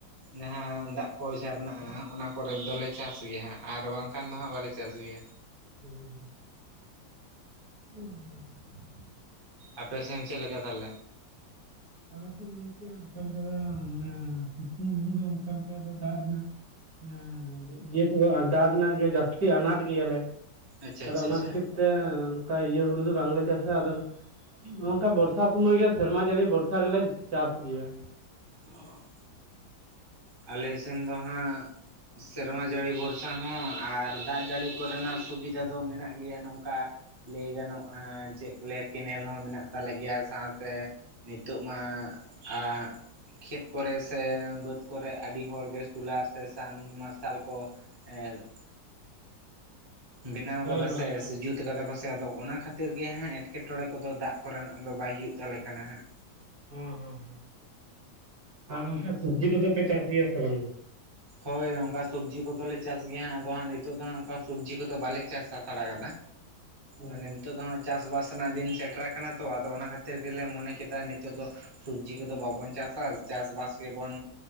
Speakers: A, on the right; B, on the right.
A: ᱡᱟᱦᱟᱸ ᱫᱟᱜ ᱠᱚᱭ ᱡᱷᱟᱨ ᱱᱟᱜ-ᱟ ᱚᱱᱟ ᱠᱚᱨᱮ ᱫᱚ ᱞᱮ ᱪᱟᱥ ᱜᱮᱭᱟ ᱦᱟᱸᱜ ᱟᱨ ᱵᱟᱝᱠᱷᱟᱱ ᱫᱚ ᱦᱟᱸᱜ ᱵᱟᱞᱮ ᱪᱟᱥ ᱜᱮᱭᱟ᱾
B: <unintelligible> <unintelligible>
A: ᱟᱯᱮ ᱥᱮᱱ ᱪᱮᱜ ᱞᱮᱠᱟ ᱛᱟᱦᱞᱮ?
B: ᱟᱞᱮ ᱥᱮᱱ ᱜᱚᱝᱠᱮ ᱚᱱᱠᱟ ᱞᱮᱠᱟ ᱫᱚ ᱢᱟᱱᱮ ᱥᱤᱛᱩᱝ ᱦᱩᱲᱩ ᱫᱚ ᱚᱱᱠᱟ ᱞᱮᱠᱟ ᱫᱚ ᱫᱟᱜ ᱨᱮᱱᱟᱜ ᱦᱮ ᱤᱭᱟᱹ ᱠᱚ ᱫᱟᱜ ᱨᱮᱱᱟᱜ ᱜᱮ ᱡᱟᱹᱥᱛᱤ ᱟᱱᱟᱴ ᱜᱮᱭᱟ ᱞᱮ,
A: ᱟᱪᱪᱷᱟ
B: ᱟᱫᱚ
A: ᱟᱪᱪᱷᱟ
B: ᱚᱱᱟ
A: ᱟᱪᱪᱷᱟ᱾
B: ᱠᱷᱟᱹᱛᱤᱨ ᱛᱮ ᱚᱝᱠᱟ ᱤᱭᱟᱹ ᱦᱩᱲᱩ ᱫᱚ ᱵᱟᱝᱞᱮ ᱪᱟᱥᱟ, ᱟᱫᱚ ᱱᱚᱝᱠᱟ ᱵᱚᱨᱥᱟ ᱥᱩᱢᱚᱭ ᱜᱮ ᱥᱮᱨᱢᱟ ᱡᱟᱹᱲᱤ ᱵᱚᱨᱥᱟ ᱜᱮ ᱞᱮ ᱪᱟᱥ ᱜᱮᱭᱟ᱾
A: ᱚᱻ ᱟᱞᱮ ᱥᱮᱱ ᱫᱚ ᱦᱟᱸᱜ ᱥᱮᱨᱢᱟ ᱡᱟᱹᱲᱤ ᱵᱷᱚᱨᱥᱟ ᱦᱚᱸ ᱟᱨ ᱫᱟᱜ ᱡᱟᱹᱲᱤ ᱠᱚ ᱨᱮᱱᱟᱜ ᱥᱩᱵᱤᱫᱷᱟ ᱫᱚ ᱢᱮᱱᱟᱜ ᱜᱮᱭᱟ ᱱᱚᱝᱠᱟ ᱞᱟᱹᱭ ᱜᱟᱱᱚᱜᱼᱟ ᱪᱮᱫ ᱠᱚ ᱞᱟᱹᱭᱟ ᱠᱮᱱᱮᱞ ᱦᱚᱸ ᱢᱮᱱᱟᱜ ᱛᱟᱞᱮ ᱜᱮᱭᱟ ᱥᱟᱶ ᱛᱮᱼᱼ ᱱᱤᱛᱚᱜ ᱢᱟ ᱟᱸ ᱠᱷᱮᱛ ᱠᱚᱨᱮ ᱥᱮ ᱵᱟᱹᱫᱽ ᱠᱚᱨᱮ ᱟᱹᱰᱤ ᱦᱚᱲᱜᱮ ᱥᱳᱞᱟᱨ ᱥᱮ ᱥᱟᱱ ᱢᱟᱨᱥᱟᱞ ᱠᱚ ᱮᱸᱻ ᱵᱮᱱᱟᱣ
B: ᱦᱳᱭ
A: ᱠᱟᱫᱟ
B: ᱦᱳᱭ
A: ᱥᱮ
B: ᱦᱳᱭ
A: ᱥᱮ ᱡᱩᱛ ᱡᱩᱛ ᱠᱟᱫᱟ ᱠᱚ ᱥᱮ ᱟᱫᱚ ᱚᱱᱟ ᱠᱷᱟᱹᱛᱤᱨ ᱜᱮ ᱦᱟᱸᱜ ᱮᱸᱴᱠᱮᱴᱚᱬᱮ ᱠᱚᱫᱚ ᱫᱟᱜ ᱠᱚ ᱨᱮᱱᱟᱜ ᱫᱚ ᱵᱟᱭ ᱦᱩᱭᱩᱜ ᱛᱟᱞᱮ ᱠᱟᱱᱟ ᱦᱟᱸᱜ
B: ᱦᱚᱸ ᱦᱚᱸ ᱟᱨ ᱚᱱᱠᱟ ᱥᱚᱵᱡᱤ ᱠᱚᱫᱚ ᱯᱮ ᱪᱟᱥ ᱜᱮᱭᱟ ᱥᱮ ᱵᱟᱝᱼᱟ
A: ᱦᱳᱭ ᱚᱱᱠᱟ ᱥᱚᱵᱽᱡᱤ ᱠᱚᱫᱚ ᱞᱮ ᱪᱟᱥ ᱜᱮᱭᱟ ᱦᱟᱜ ᱟᱫᱚ ᱦᱟᱸᱜ ᱱᱤᱛᱚᱜ ᱫᱚ ᱦᱟᱜ ᱚᱱᱠᱟ ᱥᱚᱵᱽᱡᱤ ᱠᱚᱫᱚ ᱵᱟᱞᱮ ᱪᱟᱥ ᱦᱟᱛᱟᱲ ᱠᱟᱫᱟ
B: ᱦᱩᱸ
A: ᱢᱟᱱᱮ ᱱᱤᱛᱚᱜ ᱫᱚ ᱦᱟᱸᱜ ᱪᱟᱥ ᱵᱟᱥ ᱨᱮᱱᱟᱜ ᱫᱤᱱ ᱥᱮᱴᱮᱨ ᱟᱠᱟᱱᱟ ᱛᱚ ᱟᱫᱚ ᱚᱱᱟ ᱠᱷᱟᱹᱛᱤᱨ ᱜᱮ ᱞᱮ ᱢᱚᱱᱮ ᱠᱮᱫᱟ ᱱᱤᱛᱚᱜ ᱫᱚᱼᱼ ᱥᱚᱵᱡᱤ ᱠᱚᱫᱚ ᱵᱟᱵᱚᱱ ᱪᱟᱥᱟ ᱪᱟᱥ ᱵᱟᱥ ᱜᱮᱵᱚᱱ